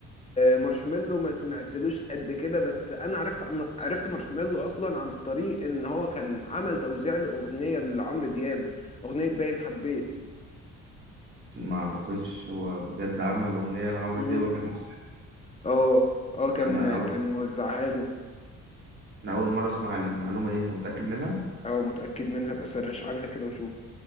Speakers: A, on the left; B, on the right.
A: مارشميلو ما سمعتلوش قد كده بس انا عرفت عم- عرفت مارشميلو اصلا عن طريق ان هو كان عمل توزيع لاغنيه لعمرو دياب اغنيه باين حبيت
B: ما اعتقدش هو بجد عمل اغنيه لعمرو
A: مم.
B: دياب اغاني مصرية.
A: اه اه كان
B: انا اول
A: كان موزعها له
B: انا اول مره اسمع المعلومه دي انت متاكد منها
A: او متأكد منها بسرش عنها كده وشوف